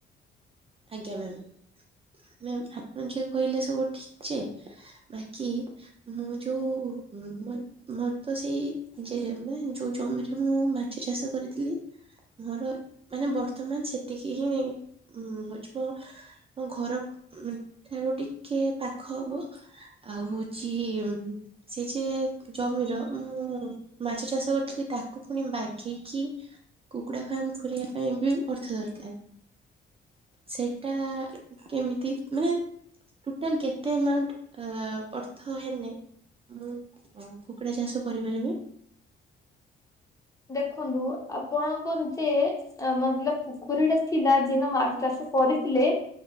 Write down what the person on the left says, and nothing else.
ଦେଖନ୍ତୁ ଆପଣଙ୍କର ଯେ ମତଲବ ପୋଖରୀ ଟା ଥିଲା ଯେ ମାଛ ଚାଷ କରିଥିଲେ ଆ